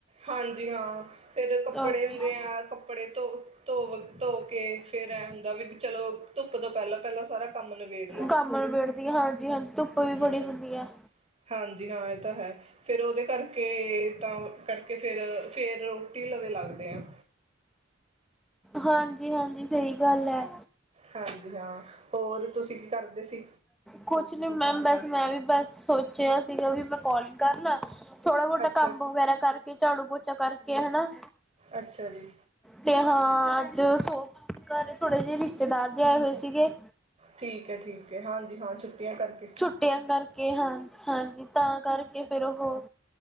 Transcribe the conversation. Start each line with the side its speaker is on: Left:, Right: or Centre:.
Right: ਹਾਂਜੀ, ਹਾਂ। ਫਿਰ ਕੱਪੜੇ
Centre: ਅੱਛਾ
Right: ਹੁੰਦੇ ਆ, ਕੱਪੜੇ ਧੋ ਧੋ ਵ ਧੋ ਕੇ, ਫਿਰ ਐ ਹੁੰਦਾ ਵੀ ਚਲੋ ਧੁੱਪ ਤੋਂ ਪਹਿਲਾਂ ਪਹਿਲਾਂ, ਸਾਰਾ ਕੰਮ ਨਿਬੇੜ ਲ,
Centre: ਕੰਮ ਨਿਬੇੜਦੀ ਹਾਂਜੀ-ਹਾਂਜੀ ਧੁੱਪ
Right: ਹਮ
Centre: ਵੀ ਬੜੀ
Right: ਹਮ।
Centre: ਹੁੰਦੀ ਹੈ।
Right: ਹਾਂਜੀ ਹਾਂ ਇਹ ਤਾਂ ਹੈ, ਫੇਿਰ ਉਹਦੇ ਕਰਕੇ ਤਾਂ ਕਰਕੇ ਫੇਿਰ, ਫ ੁਟੀ ਲਵੇ, ਲੱਗਦੇ ਹੈ।
Centre: ਹਾਂਜੀ ਹਾਂਜੀ, ਸਹੀ ਗੱਲ ਹੈ।
Right: ਹਾਂਜੀ ਹਾਂ, ਹੋਰ ਤੁਸੀਂ ਕੀ ਕਰਦੇ ਸੀ?
Centre: ਕੁਛ ਨੀ ਮੈਮ ਬਸ ਮੈਂ ਵੀ ਬਸ ਸੋਚਿਆ ਸੀਗਾ, ਵੀ ਮੈਂ ਕਾਲਿੰਗ ਕਰਲਾ ਥੋੜਾ ਮਹੁਟਾ
Right: ਅੱਛਾ
Centre: ਕੰਮ ਵਗੈਰਾ ਕਰਕੇ, ਝਾੜੂ ਪੋਚਾ ਕਰਕੇ, ਹਨਾ।
Right: ਅੱਛਾ ਜੀ।
Centre: ਤੇ ਹਾਂ ਅੱਜ, ਸੋ ਘਰ ਥੋੜੇ ਜਿਹੇ ਰਿਸ਼ਤੇਦਾਰ 'ਜ ਆਏ ਹੋਏ ਸੀਗੇ।
Right: ਠੀਕ ਹੈ ਠੀਕ, ਹਾਂਜੀ ਹਾਂ, ਛੁੱਟੀਆਂ ਕਰਕੇ।
Centre: ਛੁੱਟਿਆਂ ਕਰਕੇ ਹਾਂ, ਹਾਂਜੀ ਤਾਂ ਕਰਕੇ ਫੇਿਰ ਉਹ